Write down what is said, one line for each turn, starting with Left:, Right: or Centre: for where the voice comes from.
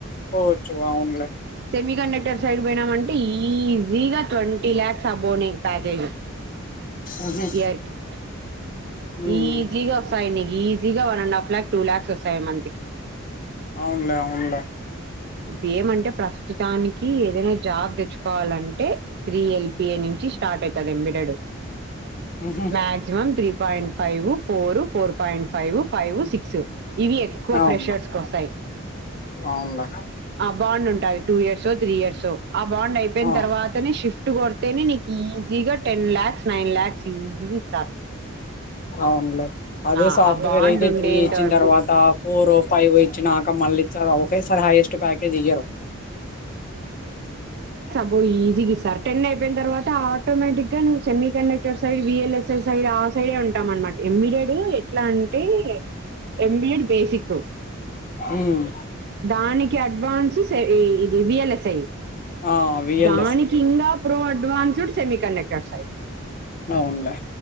Left: పోచ్చు వావున్లే
Right: సెమీ కండక్టర్ సైడ్ వెేనామంటడి అంటే ఈజీగా ట్వంటంటీ లలాక్స్ అబోనే ప్యాకేజ్
Left: ఉహు
Right: ఇకి
Left: ఉమ్
Right: ఈజీగ వసాయని ఈజీగా one and half లలాక్ two lakhs వస్తాయి మంత్కీ
Left: అవునులే అవునులే
Right: ఇ ఏమంటే ప్రస్తుతానికి ఏదైనా జాబ్ తెచ్చుకో కోవాలంటే త్రీ ఎల్పి పిఏ నుంచి స్టార్ట్ అవుతుంది ఎంబిడడు
Left: ఉహు
Right: maximum three point five four four point five five six ఇవి ఎక్కువ
Left: అవునులే
Right: ఫ్రెషర్స్ వస్తాయి
Left: అవునులే
Right: బాగుం ఉంటాయి two year so three year so ఆ బాండ్ అయిపోయిన
Left: ఆ
Right: తర్వాతనే షిఫ్ట్ కొడితేనే నీకు ఈజీగా టెన్ ల్యాక్స్ నైన్ ల్యాక్స్ ఈజీగా ఇస్తారు
Left: అవునులే అదే
Right: ఆ
Left: సాఫ్ట్వేర్
Right: ఆ బాండ్
Left: అయితే
Right: ఉండేంత
Left: త్రీ ఇచ్చిన
Right: వరకు
Left: తర్వాత ఫోర్ ఫైవ్ ఇచ్చినాక మళ్ళీ ఇచ్చా రే స హైయెస్ట్ ప్యాకేజ్ ఇయ్యరు
Right: బ ఈజీ సార్ టెన్ అయిపోయిన తర్వాత ఆటోమేటిక్గా నువ్ semi connect side V L S side ఆ సైడే ఉంటాం అనమాట ఎమ్మిడాడు ఎట్లా అంటే ఎంఏడ్ బసిక్
Left: ఉమ్
Right: దానీ అడ్వాన్స్ ఇది విఎలస్రై
Left: ఆ విఎల్ఎస్
Right: దానికి ఇంకా ప్రొడ్ దువాచుడ్ సెమీ కండక్టర్ సై
Left: అవును లే